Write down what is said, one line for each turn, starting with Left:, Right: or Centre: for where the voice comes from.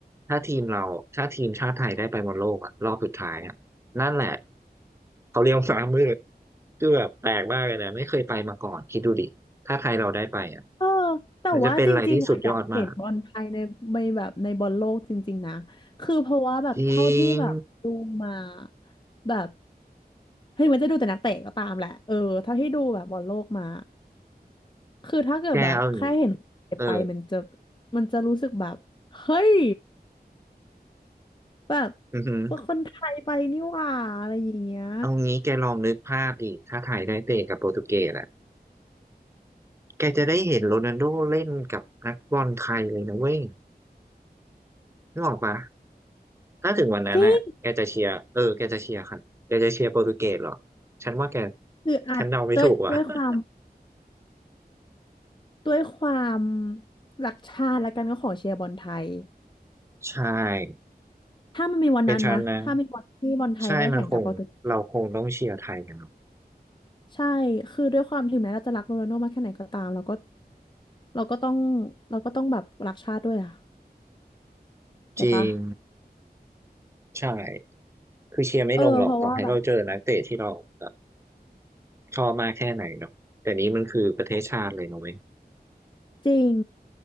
Right: ถ้าทีมเราถ้าทีมชาติไทยได้ไปบอลโลกอะรอบสุดท้ายอะนั่นแหละเขาเรียกวาหมามืดคือแบบแปลกมากเลยนะไม่เคยไปมาก่อนคิดดูดิถ้าไทยเราได้ไปอะ
Left: เออแต่ว่าจริงๆอ่ะ
Right: มันจะเป็นอะไรที่สุดยอดมาก
Left: <laughs> อยากเห็นบอลไทยในในแบบในบอลโลกจริงๆนะคือเพราะว่าแบบเท่าที่แบบดูมา
Right: จริง
Left: แบบเฮ้ยมันจะดูแต่นักเตะก็ตามแหละเออเท่าที่ดูแบบบอลโลกมาคือถ้าเกิดแบบแค่เห็น
Right: แกเอาอย่างงี้เออ
Left: ไปมันจะมันจะรู้สึกแบบเฮ้ยแบบ
Right: อือหือ
Left: คนไทยไปนี่หว่าอะไรอย่างเงี้ย
Right: เอางี้แกลองนึกภาพดิถ้าไทยได้เตะกับโปรตุเกสอะแกจะได้เห็นโรนัลโดเล่นกับนักบอลไทยเลยนะเว้ยนึกออกปะ ถ้าถึงวันนั้นน่ะแกจะเชียร์เออแกจะเชียร์ใครแกจะเชียร์โปรตุเกสเหรอ
Left: จริง
Right: ฉันว่าแก
Left: คืออาจด้วยด้วยความ
Right: ฉันเดาไม่ถูกว่ะ <laughs>
Left: ด้วยความรักชาติแล้วกันก็ขอเชียร์บอลไทย
Right: ใช่
Left: ถ้ามันมีวันนั้นนะ
Right: เป็นฉันนะ
Left: ถ้ามีวันที่บอลไทยได้แข่งกับโปรตุเกส
Right: ใช่มันคง เราคงต้องเชียร์ไทยกันเนาะ
Left: ใช่ คือด้วยความถึงแม้เราจะรักโรนัลโดมากแค่ไหนก็ตามเราก็เราก็ต้องเราก็ต้องแบบรักชาติด้วยอ่ะเก็ตปะ
Right: จริงใช่ คือเชียร์ไม่ลงหรอก
Left: เออเพราะว่าแบบ
Right: ต่อให้เราเจอนักเตะที่เราแบบชอบมากแค่ไหนเนาะแต่นี้มันคือประเทศชาติเลยเนาะเว้ย
Left: จริง